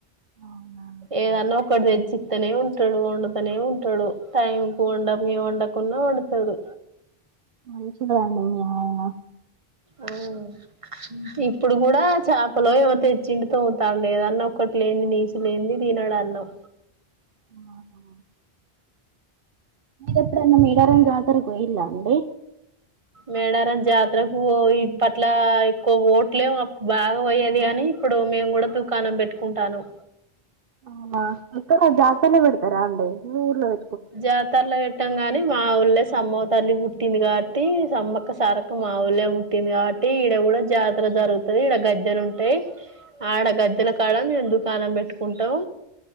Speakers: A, on the right (about 65°); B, on the right (about 35°).
A: అవునా
B: ఏదన్నా ఒకటి తెచ్చి చెపుత్తనే ఉంటాడు వండతనే ఉంటాడు టైం కు వండమ వండకుంనా వండుతాడు
A: మంచివారండి మీ ఆయన
B: ఉమ్ ఇప్పుడు కూడా చేపలో ఏమో తెచ్చిండి తోముతున్నాడు ఏదన్నా ఒక్కటి లేనిది నీస్ లేంది తినడు అన్నాం
A: ఆహా ఎప్పుడైనా మెడారం జాతరకు కి పోయిండా అండి
B: మేడారం జాతరకు ఇప్పట్లా ఎక్కువ పోవట్లే అప్పుడు బాగా పోయేది కాని ఇప్పుడు మేము కూడా దుకాణం పెట్టుకుంటానం
A: ఆ అక్కడ జాతరలో పెడుతారా అంటే మీ ఊర్లో పె
B: జాతరలో పెట్టాం గానే మా ఊళ్ళ సమ్మవతల్లి పుట్టింది కాబట్టి సంమ్మక్క సారక్క మా ఊళ్ళ ఉం పుట్టింది కాబట్టి ఈడ కూడా జాతర జరుగుతుంది ఇడ గజ్దలు ఉంటాయి ఆడ గజ్జల కాడ మేం దుకాణం పెట్టుకుంటాం